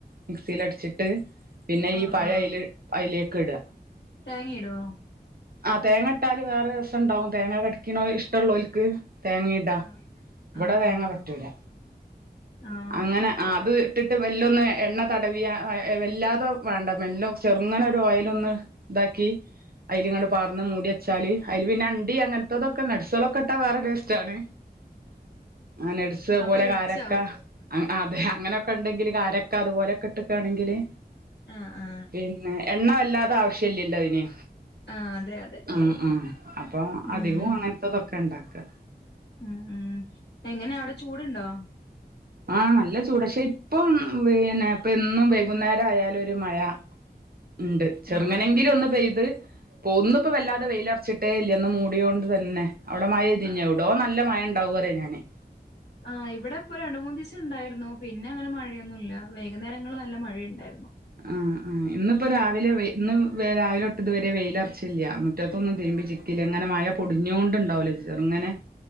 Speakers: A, on the right; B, on the left.
A: മിക്സീലടിച്ചിട്ട് പിന്നെ
B: ആഹ്
A: ഈ പഴ
B: ആഹ്
A: അയില് അലേക്ക് ഇടാ
B: തേങ്ങയിടുവോ
A: ആഹ് തേങ്ങട്ടാല് വേറെ രസണ്ടാവും തേങ്ങ കടിക്ക്ണോ ഇഷ്ടള്ളോൽക്ക് തേങ്ങ ട്ട
B: ആഹ്
A: ഇവിടെ
B: ആഹ്
A: തേങ്ങ
B: ആഹ്
A: പറ്റൂല
B: ആഹ്
A: അങ്ങനെ
B: ഓക്കെ അപ്പൊ
A: അത് ഇട്ടിട്ട് വെല്ലൊന്ന് എണ്ണ തടവിയ വെല്ലാതെ വേണ്ട മെല്ലെ ചെറുങ്ങനെ ഒരു ഓയലൊന്ന് ഇതാക്കി അയില്ങ്ങട്ട് പാർന്ന് മൂടിയച്ചാല് അയില് പിന്നെ അണ്ടി അ ട്ടതൊക്കെ നട്സളൊക്കെട്ടാ വേറെ ടേസ്റ്റാണ് ആഹ് നട്സ് അ അത്‌
B: അപ്പൊ
A: പോലെ
B: റിച്ച്
A: കാരക്ക
B: ആവും
A: അഹ് അതെ അങ്ങനൊക്കെണ്ടെങ്കില് കാരക്ക അതുപലൊക്കെ ഇട്ടക്കാണെങ്കില്
B: ആഹ് ആഹ്
A: പിന്നെ എണ്ണ വല്ലാതെ ആവശ്യല്ല്യല്ലോ അതിന്
B: ആഹ് അതെ അതെ
A: ഉം ഉം അപ്പൊ
B: ഉം
A: അധികും അങ്ങ ൻത്തതൊക്കെ ഇണ്ടാക്കാ
B: ഉം ഉം എങ്ങനെ അവ്ടെ ചൂടുണ്ടോ
A: ആഹ് നല്ല ചൂട്ക്ഷെ ഇപ്പം പിന്നെ ഇപ്പന്നും വൈകുന്നേരായാലൊരു മയ ഇണ്ട് ചെറുങ്ങനെങ്കിലും
B: ആഹ്
A: ഒന്ന് പെയ്ത് പൊന്ന് ഇപ്പ വല്ലാതെ വെയിലർച്ച്ട്ടേല്ല്യ. ഇന്ന് മൂടിയോണ്ട് തന്നെ ഔടെ മഴയ്തീന്യോ
B: ആഹ്
A: ഔടോ നല്ല മയ ണ്ടാവുറിയ ഞാന്
B: ആഹ് ഇവിടെ ഇപ്പ രണ്ട് മൂന്നീസം ഇണ്ടായിരുന്നു പിന്നെ അങ്ങനെ മഴയൊന്നുംല്ല വേകുന്നേരങ്ങൾല് നല്ല മഴയ്ണ്ടായിരുന്നു
A: ആഹ് ആഹ് ഇന്നിപ്പ രാവിലെ വെയി ഇന്ന് രാവിലെട്ട് ഇത് വരെ വെയിലർച്ചില്ല്യ മുറ്റത്തൊന്നും തിര്മ്പി ചി ക്കീല്ല ഇങ്ങനെ മയ പൊടിഞ്ഞോണ്ട് ഇണ്ടാവുലെ ചെറുങ്ങനെ